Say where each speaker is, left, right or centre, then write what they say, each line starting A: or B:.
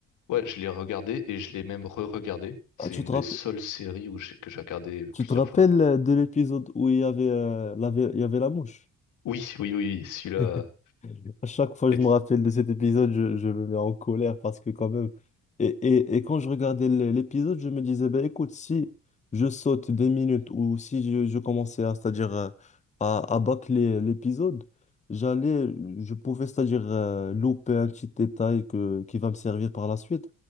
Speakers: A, on the left; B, on the left.
A: ouais, je l'ai regardé et je l'ai même re-regardé. C'est
B: Ah, tu
A: une
B: te
A: des
B: rappelles,
A: seules séries où j'ai- que j'ai regardé
B: tu
A: plusieurs
B: te rappelles
A: fois.
B: euh, de l'épisode où il y avait, euh, la, ve- il y avait la mouche?
A: Oui, oui, oui, celui-là.
B: <laughs> À chaque fois que
A: et-
B: je me rappelle de cet épisode, je, je me mets en colère parce que quand même... Et, et, et quand je regardais l- l'épisode, je me disais, ben écoute, si je saute des minutes ou si je, je commençais à, c'est-à-dire, euh, à, à bâcler l'épisode, j'allais, je pouvais, c'est-à-dire, euh, louper un petit détail que, qui va me servir par la suite.